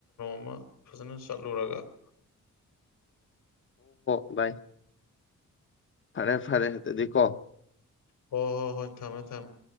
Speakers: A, on the left; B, on the left.
A: ꯑꯃ ꯐꯖꯅ ꯆꯠꯂꯨꯔꯒ
B: ꯕꯥꯏ ꯐꯔꯦ ꯐꯔꯦ ꯑꯗꯨꯗꯤ ꯀꯣ
A: ꯍꫭ ꯍꯣ ꯍꯣꯏ ꯊꯝꯃꫭ ꯊꯝꯃꫭ